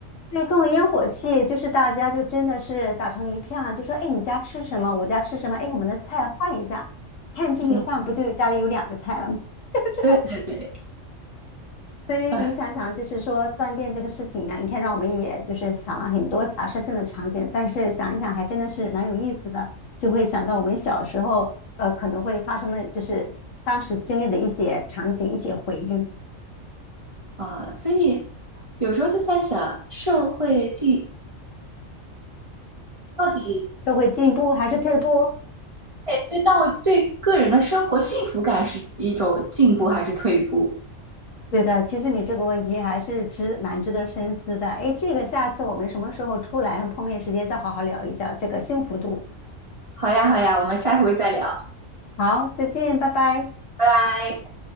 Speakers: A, on the left; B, on the right.
A: 对，各种烟火气，就是大家就真的是打成一片了，就说，哎，你家吃什么？我家吃什么？哎，我们的菜换一下，看这一换，
B: 嗯，
A: 不就家里有两个菜了吗？<laughs> 就这样子。
B: 对对对，
A: 所以你想想，
B: 哎
A: 就是说断电这个事情啊，你看让我们也就是想了很多假设性的场景，但是想一想还真的是蛮有意思的，就会想到我们小时候呃可能会发生的，就是当时经历的一些场景、一些回忆，
B: 啊，所以有时候就在想，社会进到底
A: 社会进步还是退步？
B: 对到对个人的生活幸福感是一种进步还是退步？
A: 对的，其实你这个问题还是值蛮值得深思的。哎，这个下次我们什么时候出来碰面时间再好好聊一下这个幸福度。
B: 好呀，好呀，我们下回再聊，
A: 好，再见，拜拜。
B: 拜拜。